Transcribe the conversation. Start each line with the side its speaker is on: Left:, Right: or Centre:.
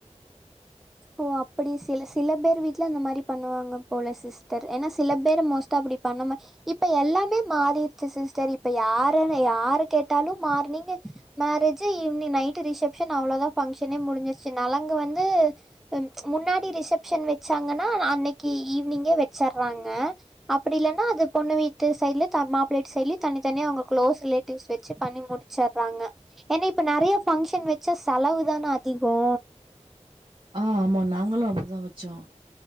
Centre: ஓ அப்படி சில சில பேர் வீட்டுல அந்த மாரி பண்ணுவாங்க போல சிஸ்டர் ஏன்னா சில பேர் மோஸ்ட் அப்டி பண்ணாம இப்ப எல்லாமே மாறிடுச்சு சிஸ்டர் இப்ப யாருன்ன யாரு கேட்டாலு morning marriage evening night reception அவ்வளோதா பங்க்ஷனே முடிஞ்சிருச்சு நலங்கு வந்து முன்னாடி ரிசப்ஷன் வச்சாங்கன்னா அன்னைக்கு ஈவினிங்கே வெச்சுறாங்க அப்படி இல்ன்னா அது பொண்ணு வீட்டு சைட்ல தா மாப்பிளவீட்டு சைட்ல தனி தனியா அவங்க க்ளோஸ் ரிலேட்டிவ்ஸ் வச்சு பண்ணி முடிச் ச்சர்றாங்க ஏன்னா இப்ப நெறைய பங்க்ஷன் வெச்சா செலவு தானே அதிகோ
Right: ஆ ஆமா நாங்களு அப்படிதா வச்சோ